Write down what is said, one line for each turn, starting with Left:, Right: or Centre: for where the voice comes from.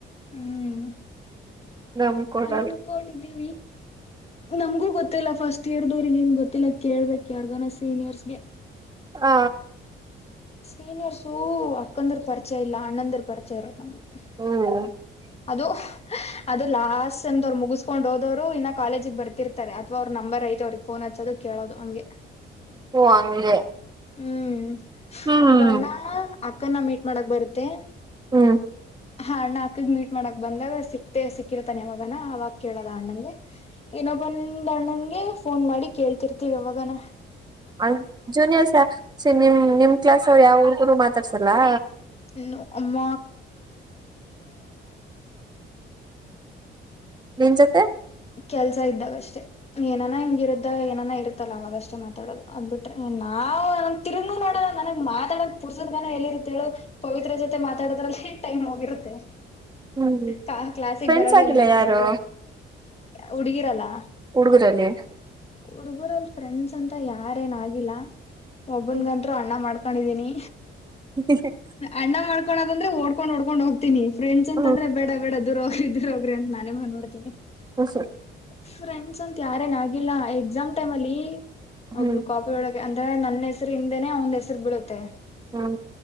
Left: ಹ್ಮ್
Right: ನಮ್ ಕೊಡಲ್ಲ
Left: ಅನ್ಕೊಂಡಿದ್ದೀವಿ ನಮ್ಗೂ ಗೊತ್ತಿಲ್ಲ ಫಸ್ಟ್ ಇಯರ್ದವ್ರಗ ಏನ್ ಗೊತ್ತಿಲ್ಲ ಕೇಳ್ಬೇಕ ಯಾರ್ಗನ ಸೀನಿಯರ್ಸ್ಗೆ
Right: ಹ
Left: ಸೀನಿಯರ್ಸು <unintelligible>
Right: ಹ್ಮ್
Left: ಅದು ಅದು ಲಾಸ್ಟ್ ಸೆಮ್ ಮುಗಿಸ್ಕೊಂಡ್ ಹೋದವ್ರು ಇನ್ನ ಕಾಲೇಜಗ್ ಬರ್ತಿರ್ತ ಅಥವಾ ಅವ್ರ ನಂಬರ್ ಐತೆ ಅವ್ರಿಗೆ ಫೋನ್ ಹಚ್ಚೋದು ಕೇಳೋದು ಹಂಗೆ
Right: ಹಓ ಹಂಗೆ
Left: ಹ್ಮ್
Right: ಹ್ಮ್
Left: ಒಬ್ಬಣ್ಣ ಅಕ್ಕನ ಮೀಟ್ ಮಾಡಕ್ ಬರುತ್ತೆ
Right: ಹ್ಮ್
Left: ಹಾ ಅಣ್ಣ ಅಕ್ಕಗ್ ಮೀಟ್ ಮಾಡಕ್ ಬಂದಾಗ ಸಿಕ್ತೆ ಸಿಕ್ಕಿರತಾನೆ ಯಾವಾಗನ ಅವಾಗ ಕೇಳೋದ ಅಣ್ಣನನ್ಗೆ ಇನೊಬ್ಬಂದ ಅಣ್ಣನ್ಗೆ ಫೋನ್ ಮಾಡಿ ಕೇಳ್ತಿರ್ತಿವಿ ಯಾವಗಾನ
Right: ಅ ಜೂನಿಯರ್ಸ್ ನಿಮ್ ನಿಮ್ ಕ್ಲಾಸ್ ಅವ್ರು ಯಾವ ಹುಡುಗರು ಮಾತಾಡ್ಸಲ್ಲಾ
Left: ಇನ್ನು ಅಮ್ಮ
Right: ನಿನ್ ಜೊತೆ
Left: ಕೆಲ್ಸ ಇದ್ದಾಗ ಅಷ್ಟೆ ಏನಾನ ಹಿಂಗಿರುದ್ದ ಏನನಾ ಇರುತ್ತಲ್ಲ ಅವವಾಗಷ್ಟೇ ಮಾತಾಡೋದು ಅದ್ಬಿಟ್ರೆ ನಾವು ತಿರುಗೋ ನೋಡೋಣ ನನಗ್ ಮಾತಾಡಕ್ ಪುರ್ಸೋದ ಗನ ಎಲ್ಲಿ ಇರುತ್ತೇಳು ಪವಿತ್ರ ಜೊತೆ ಮಾತಾಡದ್ರಲ್ಲಿ ಟೈಮ್ ಹೋಗಿರುತ್ತೆ
Right: ಹ್ಮ್
Left: ಕ ಕ್ಲಾಸಿಗೆ
Right: ಫ್ರೆಂಡ್ಸ್
Left: ಬರೋದಲ್ಲ
Right: ಆಗಿಲ್ಲ
Left: ಲೇಟು
Right: ಯಾರು
Left: ಹುಡುಗಿರಲ್ಲ
Right: ಹುಡುಗರಲ್ಲಿ
Left: ಹುಡುಗರಲ್ಲಿ ಫ್ರೆಂಡ್ಸ್ ಅಂತ ಯಾರೇಏನ ಆಗಿಲ್ಲ ಒಬ್ಬನ್ಗಂರು
Right: ಹ್ಮ್
Left: ಅಣ್ಣ ಮಾಡ್ಕ ಕೊಂಡಿದೀನಿ
Right: <inaudible>
Left: ಅಣ್ಣ ಮಾಡ್ಕೋ ಅದಂದ್ರೆ ಓದ್ಕೊಂಡ್-ಓಡ್ಕೊಂಡ್ ಹೋಗ್ತನಿ ಫ್ರೆಂಡ್ಸ್ ಅಂದ್ರೆ
Right: ಹ್ಮ್
Left: ಬೇಡ ಬೇಡ ದೂರ ಹೋಗ್ರಿ ಹೋಗ್ರಿ ಅಂತ ನಾನೇ ಬಂಧ್ಬಿಡ್ತೀನಿ
Right: ಹಸ
Left: ಫ್ರೆಂಡ್ಸ್ ಅಂತ ಯಾರೇನ ಆಗಿಲ್ಲ ಎಕ್ಸಾಮ್ ಟೈಮ್ ಅಲ್ಲಿ
Right: ಹ್ಮ್
Left: ಅವ ಕ ಳಗೆ ಅಂದ್ರೆ ನನ್ನ ಹೆಸರು ಹಿಂದೇನೆ ಅವಂದ್ ಹೆಸರು ಬೀಡುತ್ತೆ
Right: ಹ್ಮ